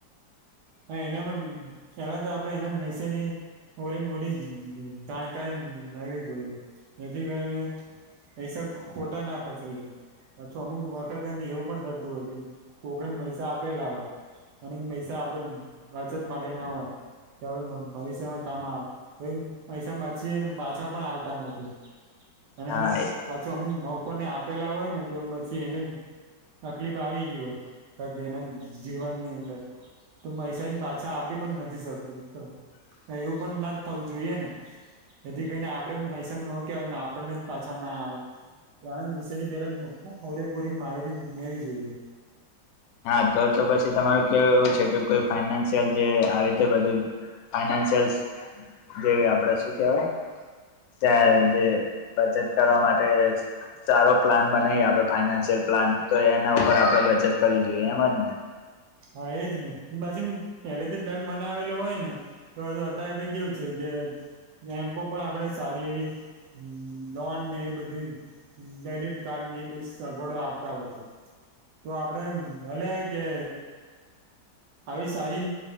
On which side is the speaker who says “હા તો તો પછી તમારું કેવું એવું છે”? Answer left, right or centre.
Left